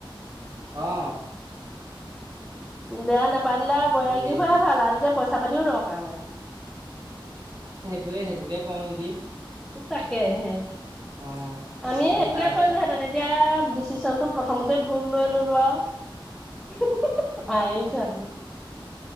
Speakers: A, on the right; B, in the centre.
A: অ',।
B: বিয়া নাপাতিলে আৰু বৈৰাগী
A: হেৰি
B: হোৱাই ভাল আৰু তেতিয়া পইচা পা পাতিও দৰকাৰ নাই।
A: তয়ে সেইটোকে কওঁ নেকি।
B: তাকেহে
A: অঁ
B: আমিও
A: একদম
B: সেইটোকে
A: ডাইৰেক্ট
B: কৰিলো হেঁতেন, এতিয়া আৰু সুশান্ত প্ৰথমতে ভুল লৈ ললো আৰু হাঁহিছে আকৌ